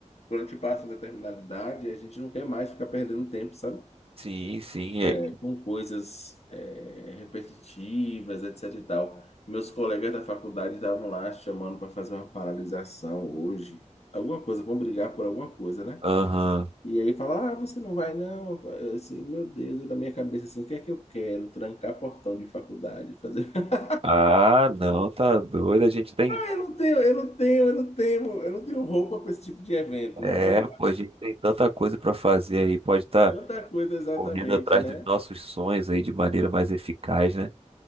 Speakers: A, on the left; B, on the right.
A: quando a gente passa uma determinada idade, a gente não quer mais ficar perdendo tempo, sabe?
B: Sim, sim. é-
A: É, com coisas é, repetitivas, etc e tal. Meus colegas da faculdade estavam lá chamando para fazer uma paralisação hoje. Alguma coisa, vão brigar por alguma coisa, né?
B: Aham.
A: E aí fala, ah, você não vai não. Eu Assim, meu Deus, na minha cabeça assim, o que é que eu quero? Trancar portão de faculdade, fazer. <laughs>
B: Ah, não, tá doido. A gente tem.
A: Eu não tenho, eu não tenho, eu não tenho, eu não tenho roupa para esse tipo de evento,
B: É,
A: mas vamos lá.
B: pô, a gente tem tanta coisa pra fazer aí. Pode estar
A: Tanta coisa exatamente,
B: correndo atrás
A: né?
B: dos nossos sonhos aí de maneira mais eficaz, né?